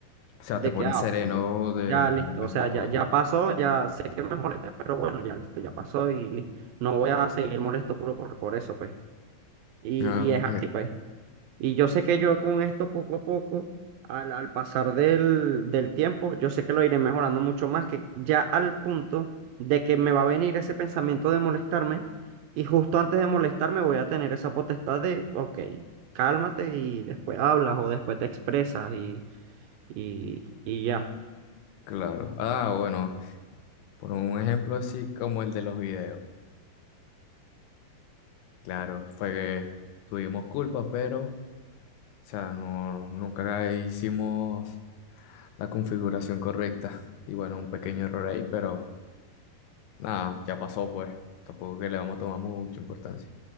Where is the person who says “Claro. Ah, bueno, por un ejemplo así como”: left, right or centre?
Left